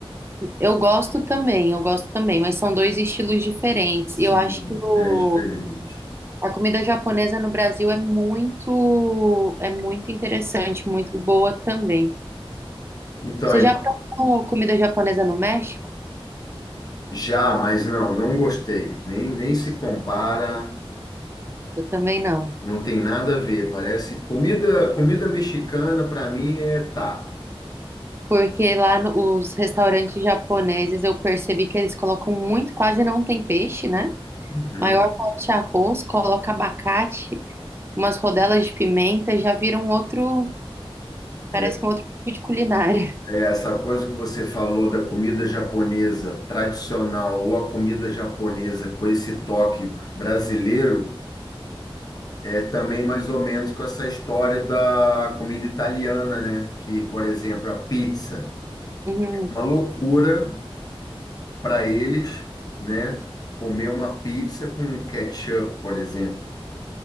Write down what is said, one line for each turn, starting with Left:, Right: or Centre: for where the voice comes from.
Right: eu gosto também, eu gosto também, mas são dois estilos diferentes. E
Left: Sim,
Right: eu acho que o-
Left: é diferente.
Right: a comida japonesa no Brasil é muito, é muito interessante, muito boa também.
Left: Então,
Right: Você
Left: é-
Right: já provou comida japonesa no México?
Left: já, mas não, não gostei. Nem, nem se compara.
Right: Eu também não.
Left: Não tem nada a ver, parece comida, comida mexicana para mim é taco.
Right: Porque lá no- os restaurantes japoneses eu percebi que eles colocam muito, quase não tem peixe, né?
Left: Uhum.
Right: Maior parte é arroz, coloca abacate, umas rodelas de pimenta, já viram outro,
Left: É,
Right: parece que um outro tipo de culinária. <laughs>
Left: é essa coisa que você falou da comida japonesa tradicional ou a comida japonesa com esse toque brasileiro é também mais ou menos com essa história da comida italiana, né? Que, por exemplo, a pizza,
Right: Uhum.
Left: É uma loucura para eles, né? Comer uma pizza com ketchup, por exemplo.